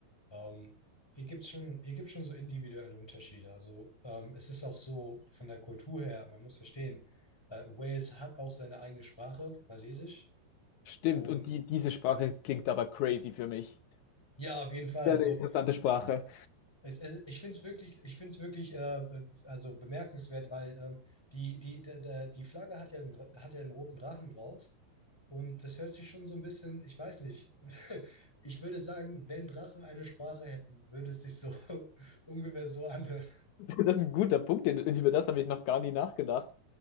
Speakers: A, in the centre; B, on the left.
A: ähm, hier gibt's schon, hier gibt's schon so individuelle Unterschiede. Also ähm, es ist auch so von der Kultur her, man muss verstehen, äh, Wales hat auch seine eigene Sprache, Walisisch.
B: Stimmt,
A: Und
B: und die, diese Sprache klingt aber crazy für mich.
A: ja, auf jeden Fall,
B: Sehr
A: also
B: eine interessante Sprache.
A: Es, es, ich finde es wirklich, ich finde es wirklich äh, also bemerkenswert, weil ähm, die, die, der- der- die Flagge hat ja, einen, Dra- hat ja einen roten Drachen drauf und das hört sich schon so ein bisschen, ich weiß nicht, <laughs> ich würde sagen, wenn Drachen eine Sprache hätten, würde es sich so <laughs> ungefähr so anhören.
B: <laughs> Das ist ein guter Punkt, den, über das habe ich noch gar nie nachgedacht.